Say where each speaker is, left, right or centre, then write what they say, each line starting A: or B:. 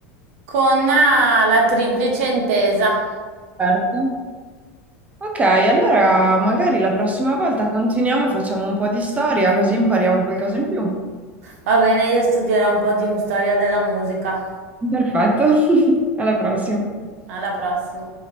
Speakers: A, on the right (about 75°); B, on the right (about 20°).
A: con eh, la Triplice Intesa.
B: Certo. ok, allora magari la prossima volta continuiamo e facciamo un po' di storia, così impariamo qualcosa in più.
A: Va bene, io studierò un po' di storia della musica.
B: Perfetto. <laughs> Alla prossima.
A: Alla prossima.